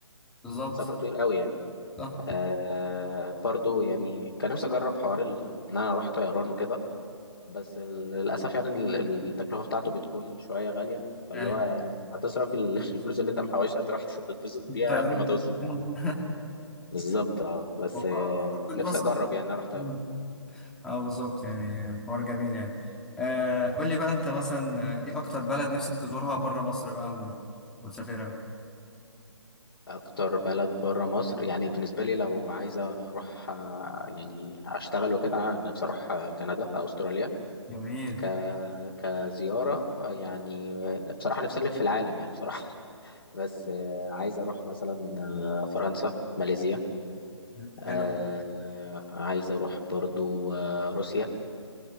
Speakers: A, in the centre; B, on the left.
A: بالظبط
B: سفر طويل قوي يعني
A: صح
B: آه برضو يعني كان نفسي اجرب حوار ال- ان انا اروح طيران وكده بس للأسف يعني ال- التكلفة بتاعته بتكون شوية غالية فاللي
A: يعني
B: هو يعني هتصرف ال- <laughs> الفلوس اللي انت محوشها تروح تتبسط بيها
A: الطيران
B: قبل ما توصل
A: <laughs>
B: بالظبط اه بس
A: وحوار
B: آه،
A: بالباص
B: نفسي اجرب
A: احسن
B: يعني اروح طيران
A: مم. اه بالظبط يعني حوار جميل يعني آه قول لي بقى انت مثلا آه، ايه اكتر بلد نفسك تزورها بره مصر بقى و... وتسافرها
B: اكتر بلد بره مصر يعني بالنسبة لي لو عايزة اروح آه، يعني اشتغل وكده نفسي اروح آه، كندا او استراليا
A: جميل
B: ك... كزيارة آه، يعني آه، بصراحة نفسي ألف في العالم يعني بصراحة <laughs> بس آه، عايز أروح مثلا آه، فرنسا ماليزيا
A: مم.
B: آه
A: حلو أوي.
B: عايز اروح برضو آه روسيا